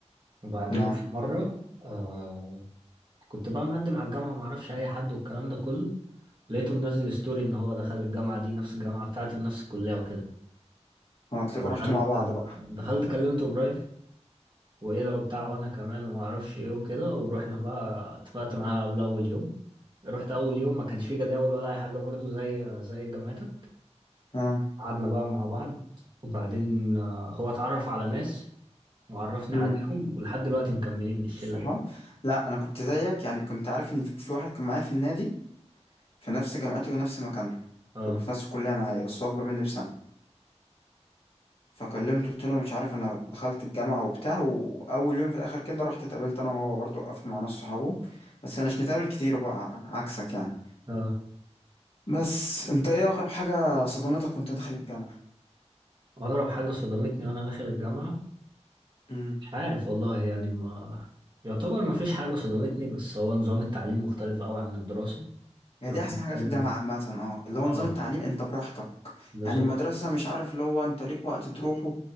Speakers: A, on the right (about 40°); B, on the left (about 55°).
A: وبعدين
B: اه
A: في مره آه كنت بقى مقدم على الجامعه ما اعرفش اي حد والكلام ده كله لقيته منزل ستوري ان هو دخل الجامعه دي نفس الجامعه بتاعتي ونفس الكليه وكده
B: هتلاقوا
A: دخلت
B: رحتوا مع بعض بقى
A: دخلت كلمته برايفت وايه لو بتاع وانا كمان وما اعرفش ايه وكده ورحنا بقى اتفقت معاه قبل اول يوم رحت اول يوم ما كانش فيه جداول ولا اي حاجه برضو زي زي جامعتك
B: اه
A: قعدنا بقى مع بعض وبعدين آه، هو اتعرف على ناس وعرفني
B: امم
A: عليهم ولحد دلوقتي مكملين بالشلة
B: صح
A: دي
B: لا انا كنت زيك يعني كنت عارف ان في في واحد كان معايا في النادي في نفس جامعتي ونفس مكانها
A: اه
B: كل في نفس الكليه معايا بس هو اكبر مني بسنه فكلمته قلت له مش عارف انا دخلت الجامعه وبتاع واول يوم في الاخر كده رحت اتقابلت انا وهو برضه وقفت مع ناس صحابه بس مش نتقابل كتير بقى عكسك يعني
A: اه
B: بس انت ايه اغرب حاجه صدمتك وانت داخل الجامعه
A: أغرب حاجة صدمتني وأنا داخل الجامعة
B: امم
A: مش عارف والله يعني ما يعتبر ما فيش حاجة صدمتني بس هو نظام التعليم مختلف أوي عن الدراسة
B: هي
A: لو
B: دي احسن
A: هنتكلم
B: حاجه في الجامعه عامه اه اللي
A: اه
B: هو نظام التعليم انت براحتك
A: بالظبط
B: يعني المدرسه مش عارف اللي هو انت ليك وقت تروحه